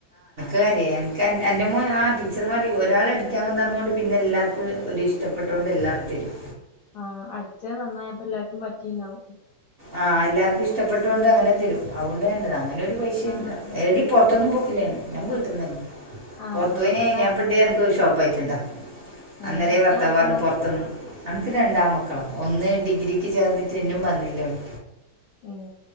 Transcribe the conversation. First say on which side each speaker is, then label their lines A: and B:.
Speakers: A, on the right; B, on the left.
A: കര്യായി. ക എൻ്റെ മോ ആ ടീച്ചർമാർ ഒരാളടിക്കാൻ തന്നോണ്ട് പിന്നെ എല്ലാർക്കും ഒരുരിഷ്ട്ടപ്പെട്ടോണ്ട് എല്ലാറും തരും.
B: ആ അടിച്ചാ നന്നായപ്പോ എല്ലാർക്കും പറ്റിണ്ടാവും.
A: ആ എല്ലാർക്കും ഇഷ്ടപ്പെട്ടോണ്ട് അങ്ങനെ തരും അഓണ്ട് ന്നല്ലത അങ്ങനെ ഒരു. പൈഷെണ്ട്
B: ആഹ് ആഹ്
A: ഏടിം പൊറത്തൊന്നും
B: ആഹ്
A: പൊക്കില്ല ഞാൻ, ഞാൻ മ്പീട്ടിന്നനെ.
B: ആഹ്
A: പൊറത്ത്
B: ആഹ്
A: പോയി <unintelligible>
B: എത്ര
A: ഷോപ്പായിട്ടുണ്ടോ അന്നേര
B: ഏഹ് എത്ര
A: വർത്താവറഞ്ഞ്
B: മക്കളാ
A: പൊർതോന്നും അൻക്ക് രണ്ടാൺമക്കള ഒന്ന് ഡിഗ്രിക്ക് ചേർന്നിട്ട് ഇന്നും വന്നില്ല ഓന്.
B: ഏ...